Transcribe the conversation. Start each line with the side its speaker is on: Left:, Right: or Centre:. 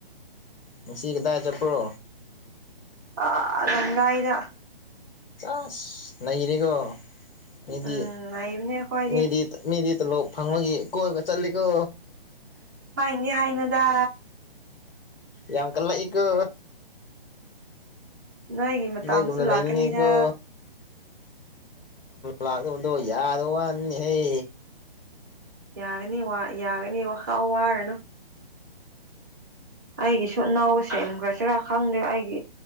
Left: ꯉꯁꯤ ꯀꯗꯥꯥꯏ ꯆꯄ꯭ꯔꯣ
Right: ꯑ ꯔꯥꯝꯔꯩꯗ
Left: ꯑꯁ ꯅꯩꯔꯦꯀꯣ ꯃꯤꯗꯤ
Right: ꯎꯝ ꯂꯩꯕꯅꯦ ꯑꯩꯈꯣꯏꯗꯤ
Left: ꯃꯤꯗꯤ ꯃꯤꯗꯤ ꯇꯣꯂꯣꯛ ꯐꯪꯕꯒꯤ ꯀꯣꯏꯕ ꯆꯠꯂꯤꯀꯣ
Right: ꯅꯤ ꯍꯥꯏꯅꯨꯗ
Left: ꯌꯥꯝ ꯀꯜꯂꯛꯏꯀꯣ
Right: ꯅꯣꯏꯒꯤ ꯃꯇꯝꯁꯨ
Left: ꯅꯣꯏꯒꯨꯝꯅ
Right: ꯂꯥꯛꯀꯅꯤꯗ
Left: ꯂꯩꯅꯤꯡꯉꯦꯀꯣ ꯂꯥꯛꯂꯣꯗꯣ ꯌꯥꯗꯕ ꯋꯥꯅꯤꯅꯦꯍꯦ
Right: ꯌꯥꯒꯅꯤ ꯋꯥ ꯌꯥꯒꯅꯤ ꯋꯥ ꯋꯥꯔꯅꯨ ꯑꯩꯒꯤꯁꯨ ꯅꯥꯎꯕ ꯁꯦꯝꯒ꯭ꯔꯁꯤꯔꯥ ꯈꯪꯗꯦ ꯑꯩꯒꯤ